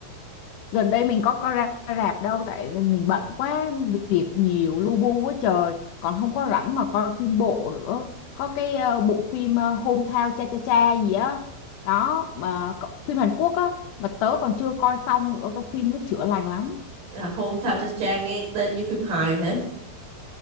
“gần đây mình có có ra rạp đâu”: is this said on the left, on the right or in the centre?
Left